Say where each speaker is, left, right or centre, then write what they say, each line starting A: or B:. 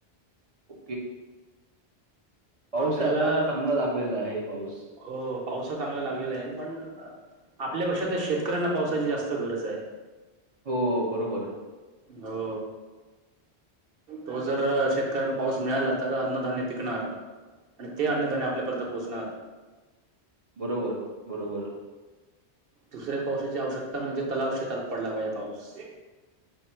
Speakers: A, on the right; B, on the right.
A: हू पाऊस
B: आपल्याला
A: आता चांगला लागलेला आहे पाऊस
B: हो पाऊस तर चांगला लागलेला आहे पण आपल्यापेक्षा त्या शेतकऱ्यांना पावसाची जास्त गरज हाय
A: हो बरोबर
B: हो हो जर शेतकऱ्यांना पाऊस मिळाला तर अन्नधान्य पिकणार ते अन्नधान्य आपल्यापर्यंत पोहोचणार
A: बरोबर बरोबर
B: दुसऱ्या पावसाची आवश्यकता म्हणजे तलाव क्षेत्रात पडला पाहिजे पाऊस